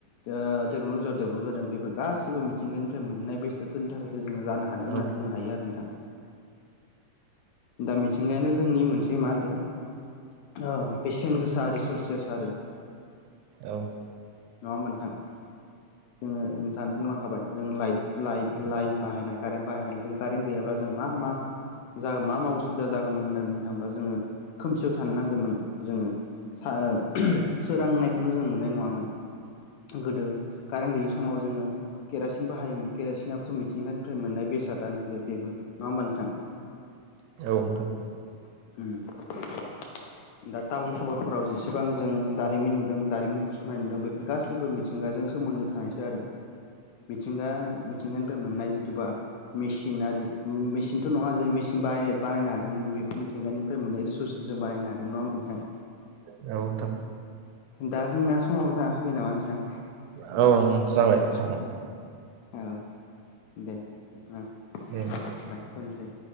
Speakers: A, on the left (about 75°); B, on the right (about 75°).
A: टेक्न'लजियाव डेभेलप जादों। बेफोर गासिबो मिथिंगानिफ्राय मोननाय बेसाद बेफोरनि थाखाय जानो हादों होनना
B: औ नोंथां
A: बुंनो हायो आरो नोंथां। दा मिथिंगायानो जोंनि मोनसे बे मा होनदों बेसेन गोसा रिसरसेस आरो।
B: औ।
A: नङा होमबा नोंथां। जोङो नोंथाङा बुंलांखाबाय जों लाइट लाइट लाइन बाहायनाय कारेन्ट बाहायनाय जों कारेन्ट गैयाब्ला जों मा मा ज मा मा असुबिदा जागौमोन होननानै बुंनो थाङोबा जोङो खोमसियाव थानो नांगौमोन जोङो सोरांनायखौनो जों मोननाय नङामोन। गोदो कारेन्ट गैयि समाव जोङो केरासिन बाहायोमोन केरासिनाबथ' मिथिंगानिफ्राय मोननाय बेसादानो बेबो नङा होमबा नोंथां।
B: औ‌ नोंथां।
A: <unintelligible> दा टाउन सहरफोराव जेसेबां जों दारिमिन नुदों दारिमिन फसंनाय नुदों। बे बे गासैबो मिथिंगाजों सोमोन्दो थानायसै आरो। मिथिंगा मिथिंगानिफ्राय मोननाय जिथुबा मेचिन आरि मेसिनथ' नङा जों मेसिन बा बानायनो हादोंमोन। बेफोर मिथि थिंगानिफ्राय मोननाय रिसर्सजों जों बानायायनो हादों नङा नोंथां।
B: औ नोंथां।
A: दा जोंना समाव जाना फैबाय नामा नोंथां।
B: औ जाबाय समान
A: औ दे दखिथ'नोसै।
B: दे